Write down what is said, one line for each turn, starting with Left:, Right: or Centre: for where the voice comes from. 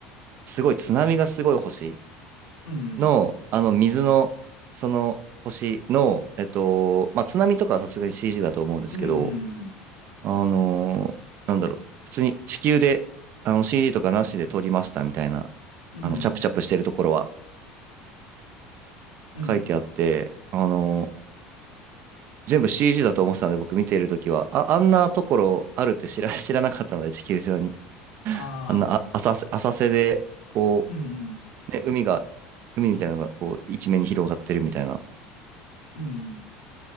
Right: すごい津波がすごい星
Left: うん、
Right: の、あの、水の、その星の、えっと、まあ、津波とかはさすがに CG だと思うんですけど、
Left: うん、うん、
Right: あのーなんだろう、普通に地球で、あの CG とかなしで撮りましたみたいな、
Left: うん、
Right: あの、
Left: うん、
Right: チャプチャプしてるところは
Left: うん、うん
Right: 書いてあって、あのー全部 CG だと思ってたんで、僕見てるときは、あ、あんなところあるって知ら、<laughs> 知らなかったので、地球上に。
Left: ああ、
Right: あんな、あ、浅瀬、浅瀬で、こ
Left: うん、
Right: う、ね、海が、海みたいなのが、こう、一面に広がってるみたいな。
Left: うん、うん。